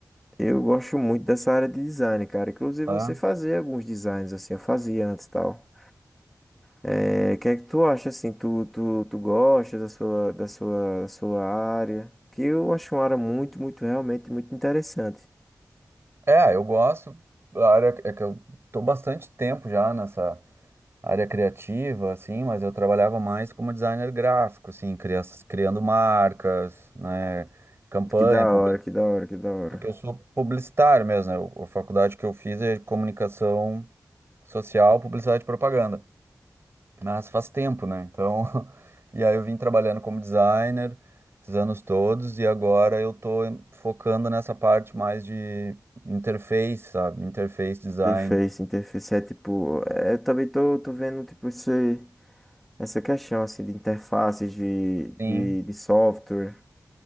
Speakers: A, in the centre; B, on the right.
A: eu gosto muito dessa área de design, cara. Inclusive,
B: tá?
A: você fazia alguns designs, assim, eu fazia antes e tal. É, o que é que tu acha, assim? Tu, tu, tu gosta da sua, da sua, da sua área? Que eu acho uma área muito, muito, realmente, muito interessante.
B: É, eu gosto da área, é que eu tô bastante tempo já nessa área criativa, assim, mas eu trabalhava mais como designer gráfico, assim, cria- criando marcas, né, campanha,
A: Que da
B: publi-
A: hora, que da hora, que da hora.
B: porque eu sou publicitário mesmo, né, o- a faculdade que eu fiz é comunicação social, publicidade e propaganda, mas faz tempo, né, então, <laughs> e aí eu vim trabalhando como designer esses anos todos e agora eu tô em- focando nessa parte mais de interface, sabe, interface design.
A: Interface, interface é tipo. é, eu também tô, tô vendo, tipo, esse, essa questão, assim, de interfaces de,
B: Sim,
A: de, de software.